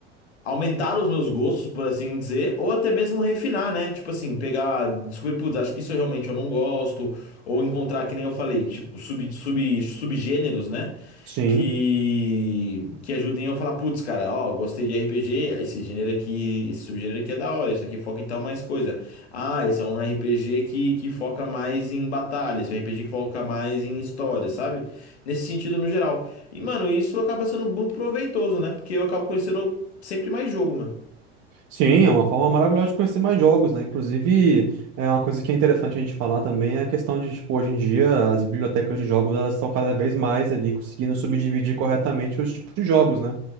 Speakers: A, on the left (about 80°); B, on the right (about 55°).
A: aumentar os meus gostos, por assim dizer, ou até mesmo refinar, né? Tipo assim, pegar, descobrir, putz, acho que isso eu realmente eu não gosto, ou encontrar, que nem eu falei, tipo, sub, sub, subgêneros, né?
B: Sim.
A: Que, que ajudem eu a falar, putz, cara, ó, gostei de RPG, esse gênero aqui, esse subgênero aqui é da hora, isso aqui foca em tal mais coisa. Ah, esse é um RPG que, que foca mais em batalha, esse é um RPG que foca mais em história, sabe? Nesse sentido, no geral. E, mano, isso acaba sendo muito proveitoso, né? Porque eu acabo conhecendo Sempre mais jogo, mano.
B: Sim, é uma forma maravilhosa de conhecer mais jogos, né? Inclusive, é uma coisa que é interessante a gente falar também é a questão de, tipo, hoje em dia as bibliotecas de jogos elas estão cada vez mais ali conseguindo subdividir corretamente os tipos de jogos, né?